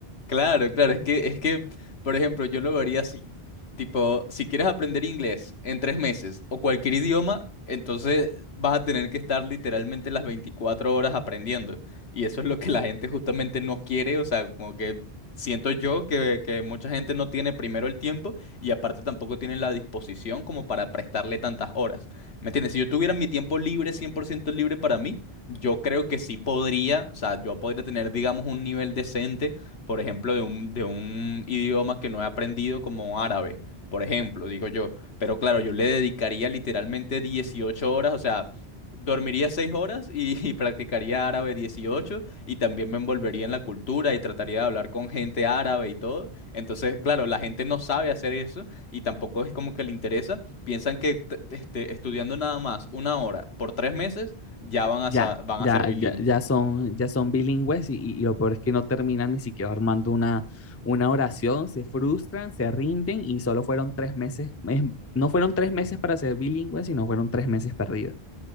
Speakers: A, on the left; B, on the left.
A: Claro, claro, es que, es que, por ejemplo, yo lo vería así. Tipo, si quieres aprender inglés en tres meses o cualquier idioma, entonces vas a tener que estar literalmente las 24 horas aprendiendo. Y eso es lo que la gente justamente no quiere, o sea, como que siento yo que, que mucha gente no tiene primero el tiempo y aparte tampoco tiene la disposición como para prestarle tantas horas. ¿Me entiendes? Si yo tuviera mi tiempo libre, 100% libre para mí, yo creo que sí podría, o sea, yo podría tener, digamos, un nivel decente, por ejemplo, de un, de un idioma que no he aprendido como árabe, por ejemplo, digo yo. Pero claro, yo le dedicaría literalmente 18 horas, o sea, dormiría 6 horas y, <laughs> y practicaría árabe 18 y también me envolvería en la cultura y trataría de hablar con gente árabe y todo. Entonces, claro, la gente no sabe hacer eso y tampoco es como que le interesa. Piensan que t- este, estudiando nada más una hora por tres meses ya van
B: Ya,
A: a, sa- van
B: ya,
A: a ser bilingües.
B: ya, ya son, ya son bilingües y, y lo peor es que no terminan ni siquiera armando una, una oración, se frustran, se rinden y solo fueron tres meses, eh, no fueron tres meses para ser bilingües, sino fueron tres meses perdidos.